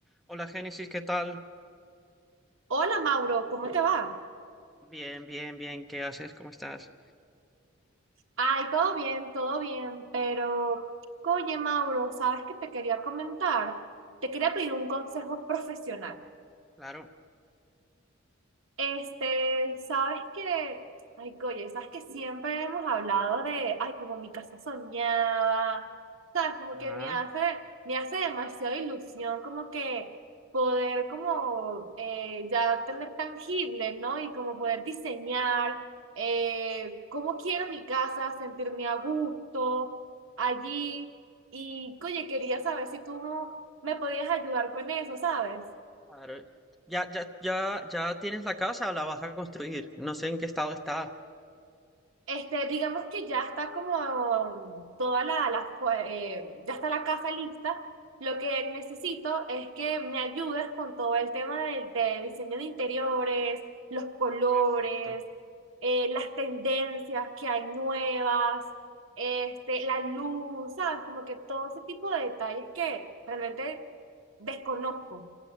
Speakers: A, in the centre; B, on the right.
A: Hola Génesis, ¿qué tal?
B: Hola Mauro, ¿cómo te va?
A: Bien, bien, bien, ¿qué haces? ¿Cómo estás?
B: Ay, todo bien, todo bien, pero oye Mauro, ¿sabes qué te quería comentar? Te quería pedir un consejo profesional.
A: Claro.
B: Este, sabes que, ay, oye, sabes que siempre hemos hablado de, ay, como mi casa soñada, sabes, como
A: Ah,
B: que me hace, me hace demasiada ilusión, como que poder como eh, ya tener tangible, ¿no? Y como poder diseñar eh, cómo quiero mi casa, sentirme a gusto allí. Y, oye, quería saber si tú me podías ayudar con eso, ¿sabes?
A: claro. Ya, ya, ya, ya tienes la casa, la vas a construir. No sé en qué estado está.
B: Este, digamos que ya está como toda la, la fue- eh, ya está la casa lista. Lo que necesito es que me ayudes con todo el tema del, de diseño de interiores, los colores,
A: Perfecto.
B: eh, las tendencias que hay nuevas, este, la luz, ¿sabes? Como que todo ese tipo de detalles que realmente desconozco.